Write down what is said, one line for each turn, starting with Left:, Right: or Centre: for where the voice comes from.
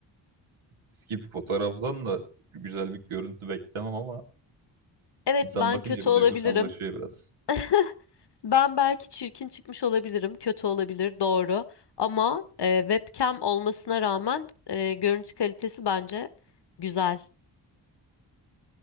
Right: Eski bir fotoğraftan da güzel bir görüntü beklemem ama
Left: Evet
Right: insan
Left: ben
Right: bakınca
Left: kötü
Right: bir
Left: olabilirim.
Right: duygusallaşıyor biraz.
Left: <laughs> Ben belki çirkin çıkmış olabilirim, kötü olabilir, doğru. Ama e, webcam olmasına rağmen e, görüntü kalitesi bence güzel.